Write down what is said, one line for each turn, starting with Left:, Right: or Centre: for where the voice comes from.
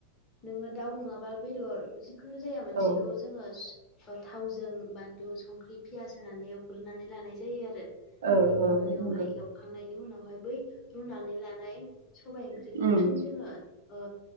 Left: नोङो दाउ नङाबा बेदर खो जाया मोनसेखौ
Right: औ
Left: जोंओ सु ज थावजों बानलु स संख्रि पियास होनानै एवग्रोनानै लानाय जायो आरो
Right: औ
Left: बेनि उनावहाय
Right: नंगौ
Left: एवखांनायनि उनावहाय बै रुनानै लानाय सबाइ ओंख्रिखौ
Right: थारैनो
Left: फिन जोङो ओ